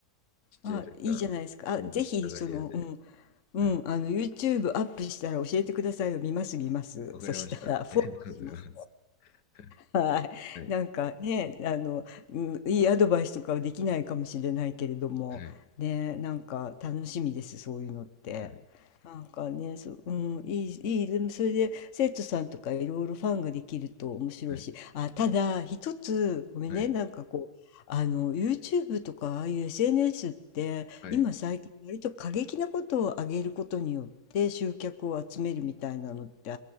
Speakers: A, on the left; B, on the left.
A: ちっちゃい時から目目立ちたがり屋で、
B: あ、いいじゃないですか。あ、ぜひ、その、うん、うん、
A: はい。
B: あの、YouTube アップしたら教えてくださいよ。見ます、見ます。
A: わかりました。
B: そしたら、
A: ありがとうございます。
B: フォローします。
A: <laughs>
B: はい。
A: はい、はい、
B: なんかね、あの、うん、いいアドバイスとかはできないかもしれないけれども、
A: はい、
B: ね、なんか楽しみです、そういうのって。
A: はい、
B: なんかね、そう、うん、いい、いい、でもそれで生徒さんとかいろいろファンができると面白いし、
A: はい、
B: あ、ただ一つ、ごめんね、
A: はい、
B: なんかこう、あの、YouTube とかああいう SNS って今最近割と過激なことを上げることによって集客を集めるみたいなのって
A: はい、